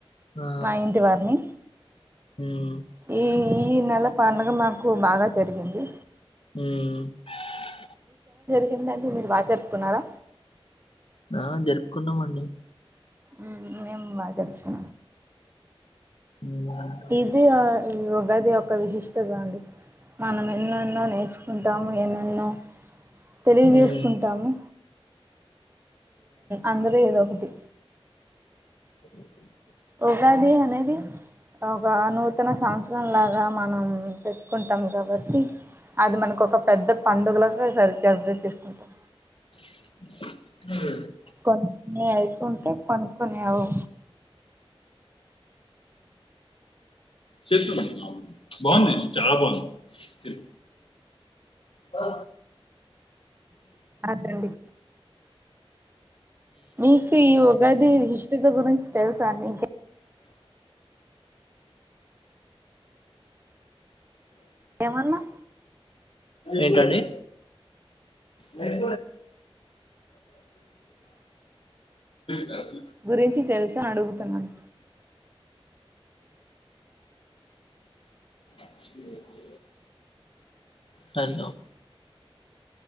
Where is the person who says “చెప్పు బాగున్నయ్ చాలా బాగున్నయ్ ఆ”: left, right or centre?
Left